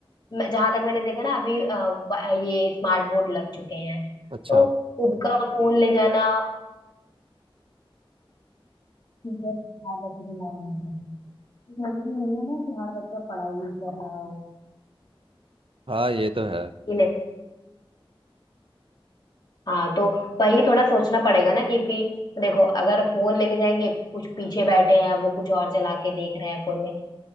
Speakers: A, on the left; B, on the right.
A: मैं- जहाँ तक मैंने देखा ना अभी अ, ब- ये स्मार्ट बोर्ड लग चुके हैं
B: अच्छा
A: तो खुद का फोन ले जाना जरूरी नहीं है ना कि हर बच्चा पढ़ाई ही कर रहा
B: हाँ ये तो है
A: हो हाँ तो वही थोड़ा सोचना पड़ेगा ना क्योंकि देखो अगर फोन लेके जाएंगे कुछ पीछे बैठे हैं वो कुछ और चला के देख रहे हैं फोन में